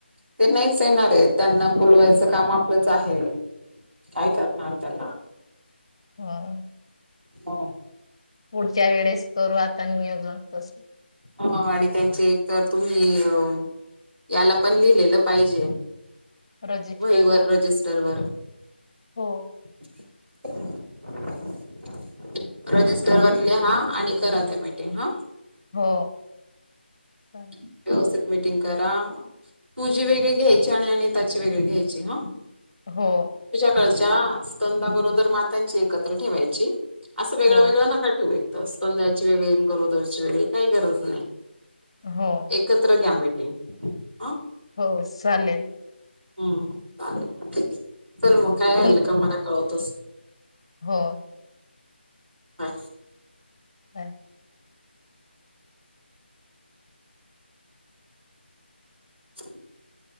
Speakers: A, on the right; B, on the left.
A: ते नाहीच येणारे त्यांना बोलवायचं काम आपलंच आहे. काय करणार त्याला.
B: हम.
A: ह
B: पुढच्या वेळेस करू आता <unintelligible>
A: हम, आणि त्यांचे एक तर तुम्ही अ याला पण लिहिलेलं पाहिजे
B: रजिस्टरला
A: वहीवर, रजिस्टर वर.
B: हो
A: <unintelligible> <inaudible> रजिस्टरवर लिहा, आणि करा त्या मीटिंग हा.
B: हो. चालेल.
A: व्यवस्थित मीटिंग करा, तुझी वेगळी घ्यायची आणि अनिताची वेगळी घ्यायची हं.
B: हो.
A: खालच्या स्कंदा गरोदर मातांची एकत्र ठेवायची असं वेगळं
B: हो
A: वेगळं नका ठेवू, एकेत स्कंदची वेगळी, आणि गरोदरची वेगळी, काही गरज नाही.
B: हो
A: एकत्र घ्या मीटिंग. अ
B: हो, चालेल.
A: हम्म, चालेल. ठीके. चल मग काय राहील
B: तुम
A: तर मला कळतोस
B: हो
A: हा.
B: <unintelligible> <inaudible>
A: <unintelligible> <inaudible>